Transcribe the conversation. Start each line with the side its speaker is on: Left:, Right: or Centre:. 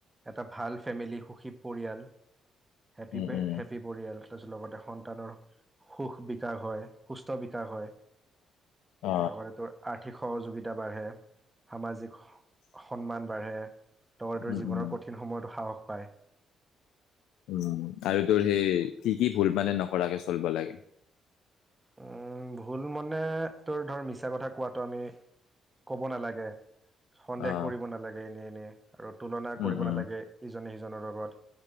Right: এটা ভাল ফেমিলি সুখী পৰিয়াল হেপী
Left: উম উম
Right: হেপী পৰিয়াল তাৰপিছত লগতে সন্তানৰ সুখ বিকাশ হয় সুস্থ বি বিকাশ হয়
Left: অ
Right: লগতে তোৰ আৰ্থিক সহযোগিতা বাঢ়ে সামাজিক সন্মান বাঢ়ে লগতেৰ
Left: উম
Right: জীৱনৰ
Left: উম
Right: কঠিন সময়তো সাহস পায়
Left: উম আৰু তোৰ সেই কি কি ভুল মানে নকৰাৰাকৰাকে চলিব লাগে
Right: উম ভুল মনে তোৰ ধৰ মিছা কথা কোৱাটো আমি ক'ব নালাগে সন্দেহ
Left: অ',
Right: কৰিব নালাগে এনে এনে আৰু তুলনা
Left: উম,
Right: কৰিব
Left: উম,
Right: নালাগে ইজনে সিজনৰ লগত